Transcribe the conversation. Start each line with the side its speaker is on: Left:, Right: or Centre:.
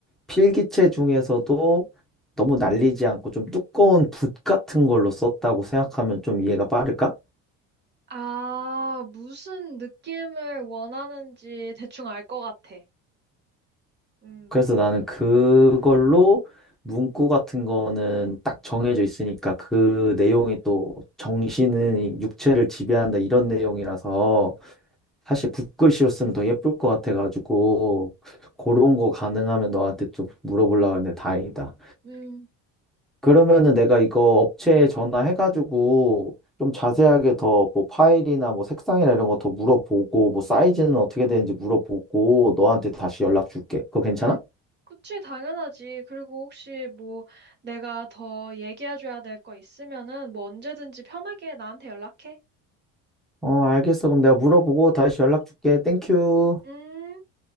Centre: 필기체 중에서도 너무 날리지 않고 좀 두꺼운 붓 같은 걸로 썼다고 생각하면 좀 이해가 빠를까?
Right: 아, 무슨 느낌을 원하는지 대충 알 것 같아. 음.
Centre: 그래서 나는 그걸로 문구 같은 거는 딱 정해져 있으니까 그 내용이 또 정신은 육체를 지배한다 이런 내용이라서 사실 붓글씨로 쓰면 더 예쁠 것 같아가지고 그런 거 가능하면 너한테 좀 물어보려고 하는데 다행이다.
Right: 음.
Centre: 그러면은 내가 이거 업체에 전화해가지고 좀 자세하게 더 뭐 파일이나 뭐 색상이나 이런 거 더 물어보고 뭐 사이즈는 어떻게 되는지 물어보고 너한테 다시 연락 줄게. 그거 괜찮아?
Right: 음, 그치, 당연하지. 그리고 혹시 뭐 내가 더 얘기해줘야 될 거 있으면은 뭐 언제든지 편하게 나한테 연락해.
Centre: 어, 알겠어. 그럼 내가 물어보고 다시 연락 줄게. 땡큐.
Right: 음.